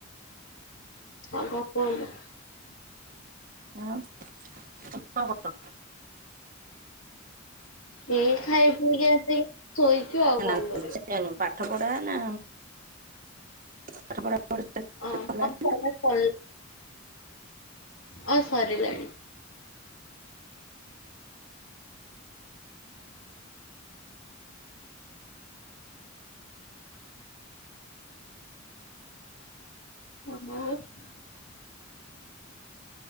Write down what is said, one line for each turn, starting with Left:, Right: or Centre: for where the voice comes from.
Left: କଣ କୁହନ୍ତୁ?
Right: ଆଁ <unintelligible>
Left: ଏଇ ଖାଇ ପିଇକି ଆସିକି ଶୋଇଛୁ ଆଉ କଣ
Right: ନା ନା
Left: କରିବୁ।
Right: ସେ ପାଠ ପଢା ନା ପାଠ ପଢା ପଢି ସରିଲାଣି
Left: ହଁ ପାଠ ପଢା ସାରିଲାଣି <inaudible> ହଁ ସରିଲାଣି। ଓ ହୋଉ <inaudible>